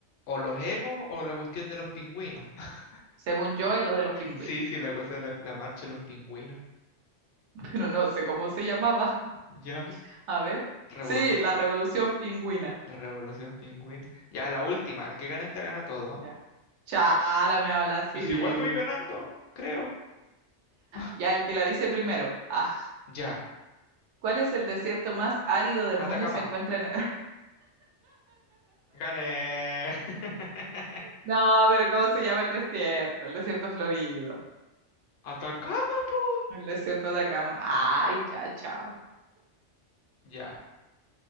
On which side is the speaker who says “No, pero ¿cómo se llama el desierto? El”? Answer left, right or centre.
Right